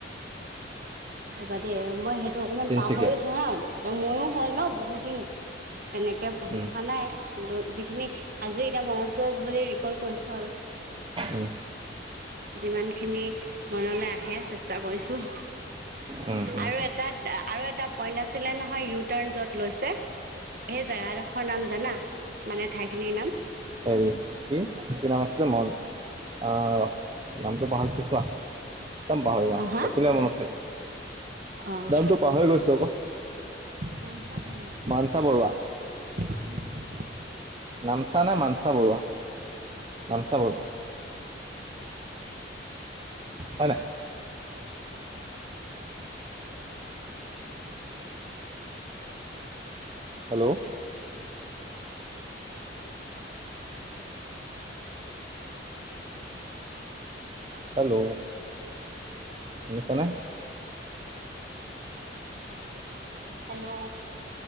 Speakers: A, on the right (about 50°); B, on the right (about 30°).
A: ৰবা দেই আৰু মই সেইটো অকমান
B: তিনিচুকীয়াত
A: পাহৰিছো হা। ময়ো হ'ল ন বহুত দিন তেনেকৈ পঢ়ি
B: উম
A: থকা নাই। কিন্তু যিখিনি আজি এতিয়া মনত পৰক বুলি ৰিকল কৰিছো আৰু।
B: উম
A: যিমান খিনি মনলৈ আহে চেষ্টা কৰিছো।
B: উম উম
A: আৰু এটা আৰু এটা পইণ্ট আছিলে নহয় ইউ টাৰ্ণ যত লৈছে। সেই জেগাডোখৰ নাম জানা মানে ঠাইখিনিৰ নাম?
B: হেৰী কি নাম আছিলে মন আহ নামটো পাহৰিছো চোৱা। একদম পাহৰি যাওঁ
A: হা হা
B: দেখিলে মনত থাকিব
A: অ',
B: নামটো পাহৰি গৈছো আকৌ
A: নাম <unintelligible>
B: মানসা বৰুৱা।
A: নাম চা নাম চা।
B: নামচা নে মানচা বৰুৱা নামচা বৰুৱা। হয় নাই। হেল্ল'? হেল্ল'? শুনিছা নে?
A: হেল্ল'?